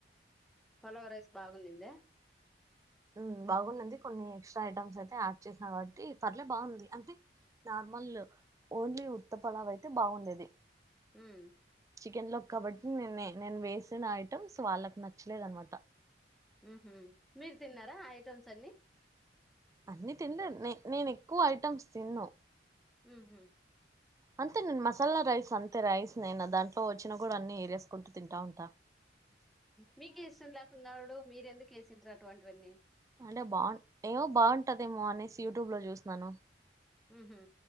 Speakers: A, in the centre; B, on the right (about 20°).
A: పలావ్ రైస్ బాగునిందా
B: ఊ బాగున్నింది కొన్ని ఎక్స్ట్రా ఐటమ్స్ అయితే యాడ్ చేసినా కాబట్టి పర్లే బావుంది అంటే నార్మల్ ఓన్లీ ఉత్త పలావ్ అయితే బావుండేది
A: ఊమ్
B: చికెన్ లో కాబట్టి నే నేను వేసిన ఐటమ్స్ వాళ్ళకి నచ్చలేదు అనమాట
A: ఊహూ మీరు తిన్నారా ఐటమ్స్ అన్నీ
B: అన్నీ తినలే నే నేను ఎక్కువ ఐటమ్స్ తిన్ను
A: ఊహూ
B: అంతే నేను మసాలా రైస్ అంతే రైస్ నేనా దాంట్లో వచ్చినా కూడా అన్ని ఏరేసుకుంటూ తింటా ఉంటా
A: మీకే ఇష్టం లేకున్నాడు మీరెందుకు వేసింట్రా టువాంటివన్నీ
B: అంటే బావున్ ఏమో బావుంటదేమో అనేసి యూట్యూబ్ లో చూసినాను
A: ఊహూ